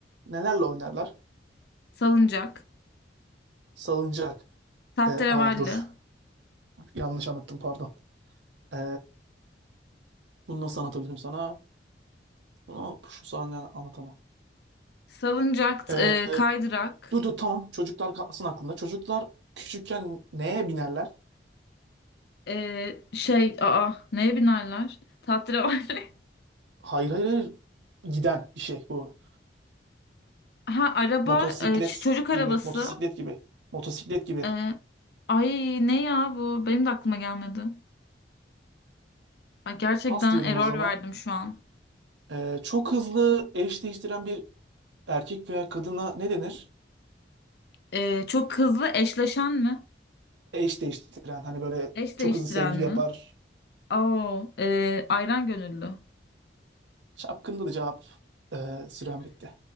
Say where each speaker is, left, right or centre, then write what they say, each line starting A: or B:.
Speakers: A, on the right; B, on the left.
A: nelerle oynarlar?
B: Salıncak,
A: Salıncak.
B: tahterevalli,
A: E, aa, dur yanlış anlattım pardon. E, bunu nasıl anlatabilirim sana? Bunu şu sahne anlatamam.
B: salıncak,
A: E,
B: e,
A: e,
B: kaydırak,
A: dur dur tamam çocuklar kalsın aklında. Çocuklar küçükken neye binerler?
B: e, şey, aa neye binerler? Tahterevalli. <laughs>
A: Hayır hayır hayır giden bir şey bu.
B: Ha araba,
A: Motosiklet
B: e, ç- çocuk arabası.
A: gibi motosiklet gibi motosiklet gibi.
B: E, ay ne ya bu? Benim de aklıma gelmedi. Ay, gerçekten
A: Pas diyorum
B: error
A: o zaman.
B: verdim şu an.
A: Ee, çok hızlı eş değiştiren bir erkek veya kadına ne denir?
B: E, çok hızlı eşleşen mi?
A: Eş değiştiren hani böyle
B: Eş
A: çok
B: değiştiren
A: hızlı sevgili
B: mi?
A: yapar.
B: Oo, e, ayran gönüllü.
A: Şapkında da cevap Ee, süren bitti.